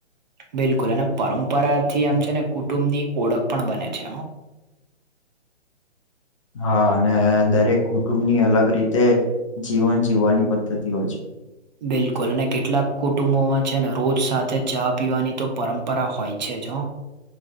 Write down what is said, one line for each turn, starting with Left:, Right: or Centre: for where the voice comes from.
Right: બિલકુલ અને પરંપરા થી આમ છે, ને કુટુંબ ની ઓળખ પણ બને છે.
Left: હા અને દરેક કુટુંબની અલગ રીતે જીવન જીવવાની પદ્ધતિ હોય છે.
Right: બિલકુલ અને કેટલાક કુટુંબોમાં છે, ને રોજ સાથે ચા પીવાની તો પરંપરા હોય છે. જ